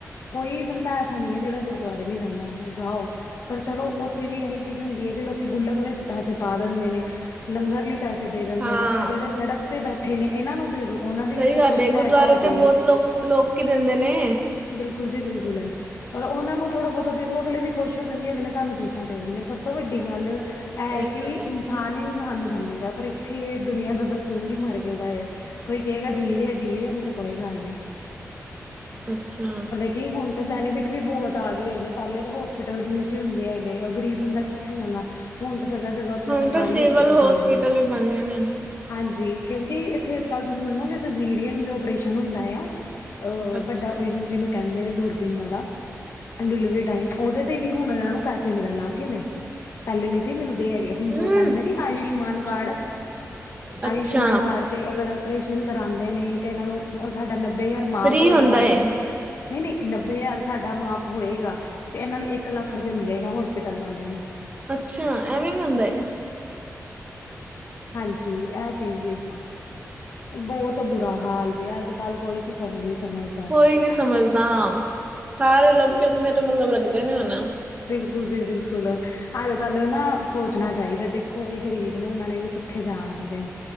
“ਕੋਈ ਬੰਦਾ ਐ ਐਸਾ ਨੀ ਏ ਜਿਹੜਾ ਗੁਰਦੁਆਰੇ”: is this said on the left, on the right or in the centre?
Left